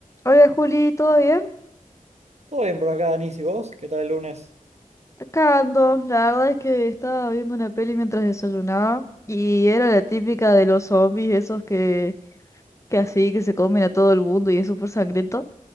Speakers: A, on the left; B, on the right.
A: Hola Juli, ¿todo bien?
B: Todo bien por acá, Denis, ¿y vos? ¿Qué tal el lunes?
A: Acá ando. La verdad es que estaba viendo una peli mientras desayunaba y era la típica de los zombies, esos que, que así, que se comen a todo el mundo y es súper sangriento.